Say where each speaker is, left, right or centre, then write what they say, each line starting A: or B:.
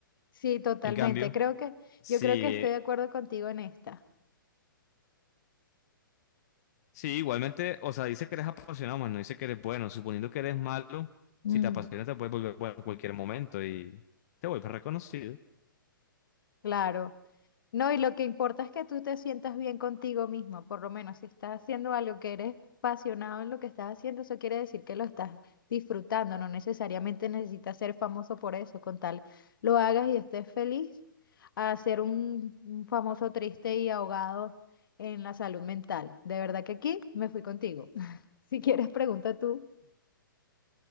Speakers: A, on the left; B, on the left.
A: Sí, totalmente.
B: En cambio,
A: Creo que,
B: si,
A: yo creo que estoy de acuerdo contigo en esta.
B: sí, igualmente, o sea, dice que eres apasionado, más no dice que eres bueno. Suponiendo que eres malo,
A: Mm.
B: si te apasiona te puedes volver bueno en cualquier momento y te vuelves reconocido.
A: Claro. No, y lo que importa es que tú te sientas bien contigo mismo, por lo menos si estás haciendo algo que eres apasionado en lo que estás haciendo, eso quiere decir que lo estás disfrutando, no necesariamente necesitas ser famoso por eso, con tal lo hagas y estés feliz, a ser un, un famoso triste y ahogado en la salud mental. De verdad que aquí me fui contigo. <laughs> Si quieres, pregunta tú.